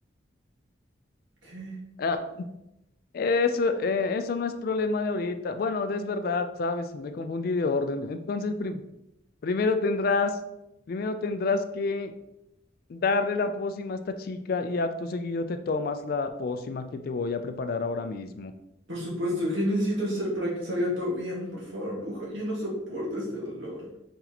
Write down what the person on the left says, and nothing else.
ah, Eso, eh, eso no es problema de ahorita. Bueno, es verdad, sabes, me confundí de orden. Entonces, prim- primero tendrás, primero tendrás que darle la pócima a esta chica y acto seguido te tomas la pócima que te voy a preparar ahora mismo.